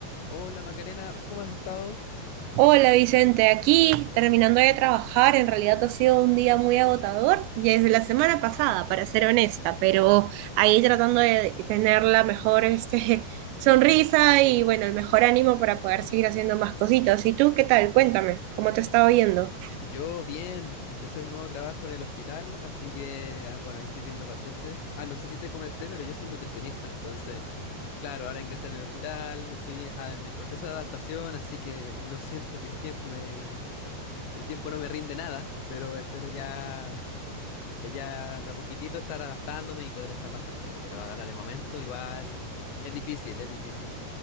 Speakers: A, on the left (about 80°); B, on the right (about 85°).
A: Hola Macarena, ¿cómo has estado?
B: Hola Vicente, aquí terminando de trabajar, en realidad ha sido un día muy agotador, y desde la semana pasada, para ser honesta, pero ahí tratando de tener la mejor este, sonrisa y bueno, el mejor ánimo para poder seguir haciendo más cositas. ¿Y tú qué tal? Cuéntame, ¿cómo te está oyendo?
A: Yo bien, empecé un nuevo trabajo en el hospital, así que ah, bueno, ahí estoy viendo pacientes. Ah, no sé si te comenté, pero yo soy nutricionista, entonces, claro, ahora ingresé en el hospital, estoy ah, en el proceso de adaptación, así que no siento que el tiempo me, el tiempo no me rinde nada, pero espero ya, <laughs> ya de a poquitito estar adaptándome y poder estar más tranquilo, pero ahora de momento igual es difícil, es difícil.